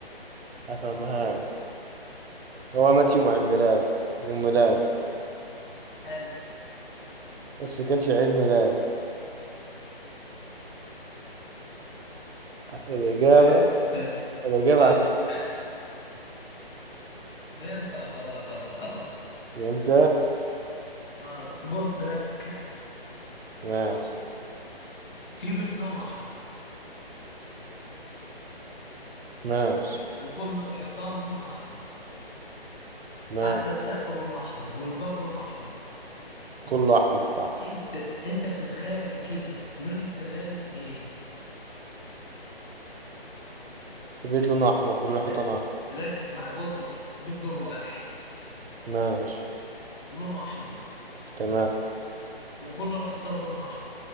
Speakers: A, on the right; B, on the left.
A: افهمها لك هو مات يوم عيد ميلاده يوم ميلاده
B: حلو
A: بس كانش عيد ميلاده الإجابة
B: فهمت فهمت
A: الإجابة
B: فهمت
A: عشان
B: فهمت فهمت آه، خلاص خلاص خلاص
A: فهمت
B: اه بص ركز
A: ماشي
B: في بيت لونه احمر
A: ماشي
B: وكل الحيطان لونها احمر
A: ماشي
B: حتى السقف لونه احمر والباب لونه احمر
A: كله أحمر فحم
B: انت انت بتتخيل كده لون السلالم ايه
A: البيت لونه أحمر كل
B: انت
A: حيطانه أحمر
B: ركز معايا بص بص بالدور واحد
A: ماشي
B: لونه احمر
A: تمام
B: وكل الحيطان لونها احمر